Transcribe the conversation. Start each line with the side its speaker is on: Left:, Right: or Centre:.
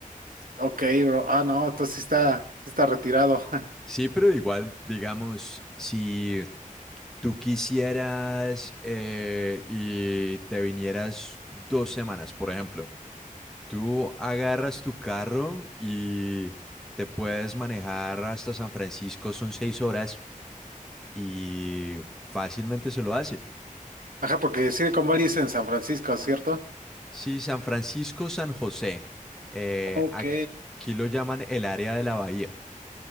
Right: Ok, bro. Ah, no, entonces sí está, sí está retirado. <laughs>
Centre: Sí, pero igual, digamos, si tú quisieras eh, y te vinieras dos semanas, por ejemplo, Tú agarras tu carro y te puedes manejar hasta San Francisco, son seis horas y fácilmente se lo hace.
Right: Ajá, porque Silicon Valley es en San Francisco, ¿cierto?
Centre: Sí, San Francisco, San José, eh,
Right: Ok.
Centre: aquí lo llaman el área de la bahía,